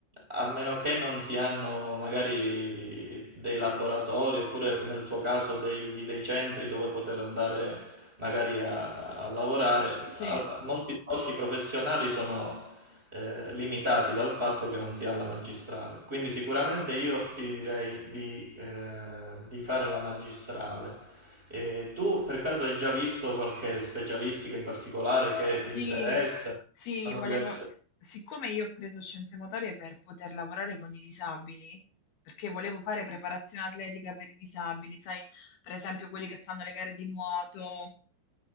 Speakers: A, on the right (about 15°); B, on the left (about 65°).
A: a meno che non si hanno magari dei laboratori oppure nel tuo caso dei, dei centri dove poter andare magari a, a lavorare,
B: sì.
A: a- molti sbocchi professionali sono eh, limitati dal fatto che non si ha la magistrale. Quindi sicuramente io ti direi di, eh, di fare la magistrale. E tu per caso hai già visto qualche specialistica in particolare che
B: Sì,
A: ti interessa?
B: sì,
A: Sono
B: volevo
A: diverse.
B: s siccome io ho preso scienze motorie per poter lavorare con i disabili, perché volevo fare preparazione atletica per i disabili, sai, per esempio quelli che fanno le gare di nuoto,